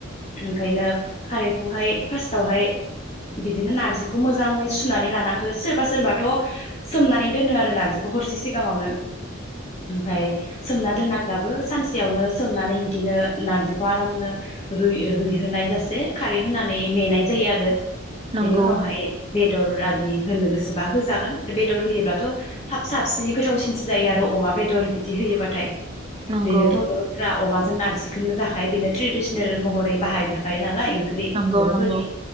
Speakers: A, on the left; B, on the right.
A: नोंखायनो खारैखौहाय फास्थावहाय बि दिनो नार्जिखौ मोजाङै सुनानै लानांगो सोरबा सोरबाथ' सोमनानै दोनो आरो नार्जिखौ हरसे सिगाङावनो । ओमफ्राय सोमना दोनाब्लाबो सानस सेयावनो सोमनानै बिदिनो नारजिखौ आरामनो रुइ-रुइहोनाय जासे खारै होनानै मेनाय जायो आरो
B: नंगौ
A: बेनि उनावहाय बेदर आरि होनो गोसोबा होजागोन बेदर होयोब्लाथ' थाब साबसिननै गोथावसिनसो जायो आरो अमा बेदर बिदि होयोबाथाय ‌।
B: नंगौ
A: बेनोथ' बर'फोरा अमा जों नारजिखोनो जाखायो बेनो ट्रेडिसनेल महरै बाहाय जा खायो नालाय ओंख्रि
B: नंगौ
A: बर'फोरनि
B: नंगौ